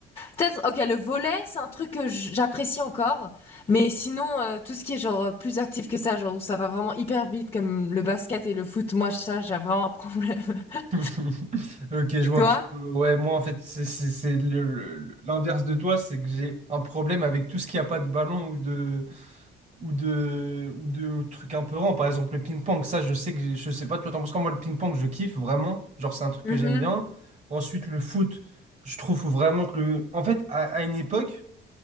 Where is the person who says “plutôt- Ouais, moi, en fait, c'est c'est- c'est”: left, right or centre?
Right